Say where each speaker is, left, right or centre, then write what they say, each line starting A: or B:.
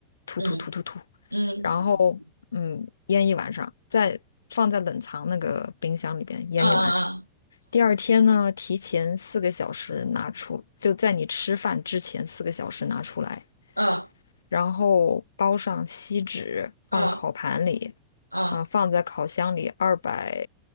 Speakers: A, on the left; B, on the right.
A: 涂涂涂涂涂，
B: 嗯嗯嗯
A: 然后嗯腌一晚上，再放在冷藏那个冰箱里边腌一晚上。
B: 嗯嗯
A: 第二天呢，提前四个小时拿出，就在你吃饭之前四个小时拿出来，
B: 嗯嗯嗯
A: 然后包上锡纸，放烤盘里，
B: 啊啊
A: 啊、放在烤箱里二百